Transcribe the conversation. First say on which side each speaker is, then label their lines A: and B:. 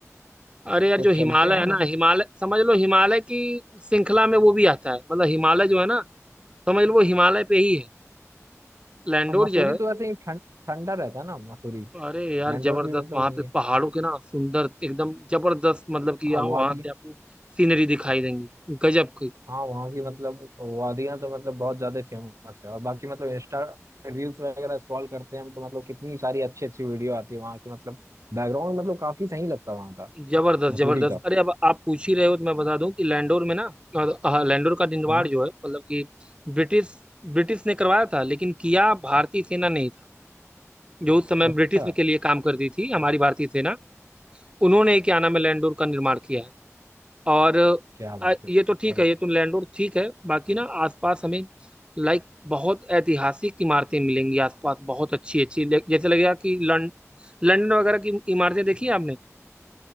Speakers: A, on the right; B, on the right.
A: अरे यार
B: तो
A: जो हिमालय
B: चलते हैं
A: है ना
B: मतलब
A: हिमालय समझ लो हिमालय की श्रृंखला में वो भी आता है मतलब हिमालय जो है ना समझ लो वो हिमालय पे ही है लैंडोर
B: हाँ, मसूरी
A: जो है
B: तो ऐसे ही ठंड ठंडा रहता है ना मसूरी
A: अरे यार
B: लैंडोर
A: जबरदस्त
B: भी मतलब
A: वहां
B: वही
A: पे
B: है
A: पहाड़ों के ना सुंदर एकदम जबरदस्त मतलब कि यहाँ
B: हाँ
A: वहां
B: वादी
A: से आपको सीनरी दिखाई देंगी गजब की
B: हाँ वहाँ की मतलब वादियाँ तो मतलब बहुत ज्यादा फेमस है और बाकी मतलब इंस्टा रील्स वगैरह स्क्रॉल करते हैं हम तो मतलब कितनी सारी अच्छी अच्छी वीडियो आती है वहाँ की मतलब बैकग्राउंड मतलब काफी सही लगता है वहाँ का
A: जबरदस्त
B: मसूरी
A: जबरदस्त
B: का
A: अरे अब आप पूछ ही रहे हो तो मैं बता दूं कि लैंडोर में ना अ, हाँ, लैंडोर का निर्माण
B: हाँ
A: जो है मतलब कि ब्रिटिश ब्रिटिश ने करवाया था लेकिन किया भारतीय सेना नहीं था जो उस समय
B: अच्छा
A: ब्रिटिश के लिए काम करती थी हमारी भारतीय सेना उन्होंने क्या नाम है लैंडोर का निर्माण किया है और
B: क्या बात
A: अ,
B: है
A: ये तो ठीक
B: और
A: है
B: अच्छी
A: ये तो
B: बात
A: लैंडोर ठीक है बाकी ना आसपास हमें लाइक बहुत ऐतिहासिक इमारतें मिलेंगी आसपास बहुत अच्छी अच्छी ले- जैसे लगेगा कि लं, लंदन वगैरह की इमारतें देखी है आपने